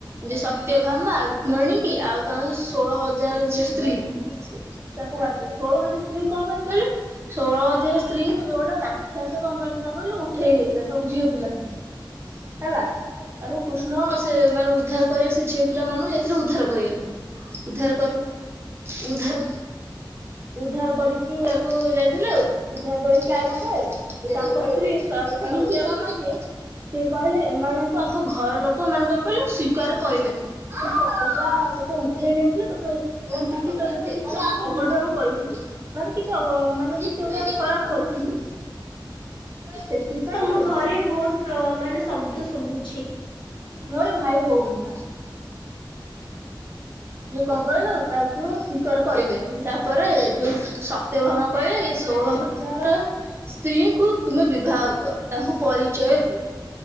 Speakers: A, on the right; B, on the left.
A: ଯୋ ସତ୍ୟଭାମା ରୁକ୍ମଣୀ କି ଆଉ ତାଙ୍କ ଷୋହଳ ହଜାର ଯଉ ସ୍ତ୍ରୀ। ତାଙ୍କୁ ବାହାହେଇଥିଲେ ଷୋହଳ ହଜାର ସ୍ତ୍ରୀ କଣ ପାଇଁ କହିଲୁ। ଷୋଳ ହଜାର ସ୍ତ୍ରୀଙ୍କୁ ଯୋ ଗୋଟେ ରାକ୍ଷାସ କ ହେଲା କହିଲୁ ଉଠେଇ ନେଇଥିଲା ସବୁ ଝିଅ ପିଲାଙ୍କୁ। ହେଲା ତାକୁ କୃଷ୍ଣ ସେ ମାନେ ଉଦ୍ଧାର କରିବାକୁ, ସେ ଝିଅ ପିଲାମାନଙ୍କୁ ଯାଇଥିଲେ ଉଦ୍ଧାର କରିବାକୁ। ଉଦ୍ଧାର କରିବି ଉଦ୍ଧାର ଉଦ୍ଧାର କରିକି ଆକୁ ଯାଇଥିଲେ ଆଉ ଉଦ୍ଧାର କରି ଆଇଲା ପରେ ତାଙ୍କ ସ୍ତ୍ରୀ ସତ୍ୟଭାମା ଯିଏ ସେ କହିଲେ ଏମାନଙ୍କୁ ଆଙ୍କ ଘର ଲୋକ ମାନେ କଣ କହିଲୁ ସ୍ଵିକାର କହିବେନି। ସେ ଅଲଗା ତତେ ଉଠେଇ ନେଇଥିଲେ ତତେ ଏମିତି ଯେହେତୁ ତ ଅଘଟଣ କରିଥିବେ। ମାନେ କିଛି ଅ ମାନେ ଗୋଟେ ଖରାପ କରିଥିବେ। ସେଥିପାଇଁ
B: ତମ ଘରେ ବହୁତ ପ୍ର ମାନେ ଶବ୍ଦ ଶୁଭୁଛି।
A: ମୋର ଭାଇ ଭଉଣୀ ବା। ଯୋଉ କଣ କହିଲୁ ତାକୁ ସ୍ୱୀକାର କରିବେ ନାହିଁ। ତାପରେ ଯୋଉ ସତ୍ୟ ଭାମା କହିଲେ ଷୋଳ ହଜାର ସ୍ତ୍ରୀଙ୍କୁ ତୁମେ ବିବାହ କର ତାଙ୍କୁ ପରିଚୟ ଦିଅ।